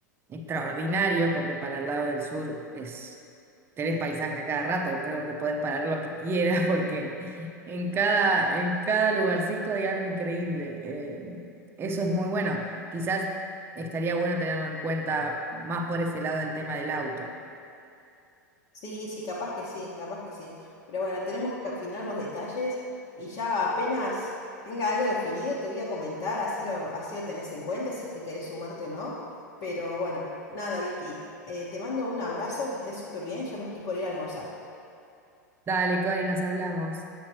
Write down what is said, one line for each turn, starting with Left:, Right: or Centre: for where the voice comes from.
Right: extraordinarios, porque para el lado del sur es, tenés paisaje a cada rato, creo que podés parar lo que quieras <laughs> porque en cada, en cada lugarcito hay algo increíble. eh, eso es muy bueno. Quizás estaría bueno tenerlo en cuenta más por ese lado del tema del auto.
Left: Sí, sí, capaz que sí, capaz que sí. Pero bueno, tenemos que afinar los detalles y ya apenas tenga algo definido te voy a comentar, así lo, así lo tenés en cuenta, si es que querés sumarte o no. Pero bueno, nada, Vicky, eh, te mando un abrazo, que estés súper bien, ya me estoy por ir a almorzar.
Right: Dale, Cori, nos hablamos.